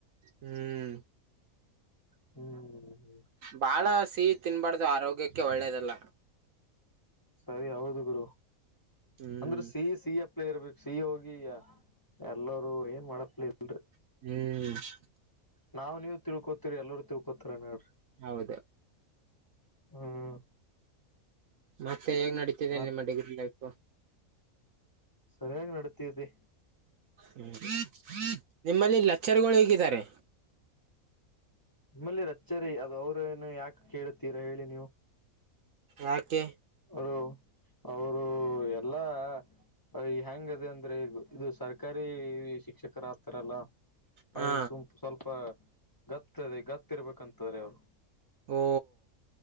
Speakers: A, on the right (about 70°); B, on the left (about 15°).
A: ಹ್ಮ್
B: ಹ್ಮ್ ಹ್ಮ್
A: ಬಾಳ ಸಿಹಿ ತಿನ್ಬಾರ್ದು ಆರೋಗ್ಯಕ್ಕೆ ಒಳ್ಳೇದಲ್ಲ.
B: ಸರಿ ಹೌದು ಗುರು
A: ಹ್ಮ್
B: ಅಂದ್ರೆ ಸಿಹಿ ಸಿಹಿ. ಇರ್ಬೇಕ ಸಿಹಿ ಹೋಗಿ ಎಲ್ಲರೂ ಏನ್ ಮಾಡತ್ಲ ಇಲ್ರಿ.
A: ಹ್ಮ್
B: ನಾವವು ನೀವು ತಿಳ್ಕೋತಿರಿ ಎಲ್ಲರು ತಿಳ್ಕೋತರ ಏನ್ ಹೇಳ್ರಿ.
A: ಹೌದು.
B: ಹ್ಮ್
A: ಮತ್ತೆ ಹೇಗ್ ನಡೀತಿದೆೇ
B: ಮತ್
A: ನಿಮ್ಮ ಡಿಗ್ರಿ ಲೈಫ್.
B: ಸರಿಯಾಗಿ ನಡತಿದೆ.
A: ಹ್ಮ್ ನಿಮ್ಮಲ್ಲಿ ಲೆಚ್ಚರ್ಗಳು ಹೇಗಿದ್ದಾರೆ.
B: ನಿಮ್ಮಲ್ಲಿ ಲಚ್ಚುರು ಅವ್ರೇನು ಯಾಕೆ ಕೇಳುತ್ತೀರಾ ಹೇಳಿ ನೀವು.
A: ಯಾಕೆ.
B: ಅವರು ಅವರು ಎಲ್ಲಾ ಹ ಎಂಗ ಅದಿ ಅಂದ್ರೆ ಇದು ಸರ್ಕಾರಿ ಶಿಕ್ಷಕರ ಆಗ್ತಾರಲ್ಲ.
A: ಹಾ
B: ಅವ್ರಿಗೆ ಸುಂಪ ಸ್ವಲ್ಪ ಗತ್ತದೆ ಗತ್ತಿರ್ಬೇಕಂತ್ರ ಅವರು.
A: ಹೋ.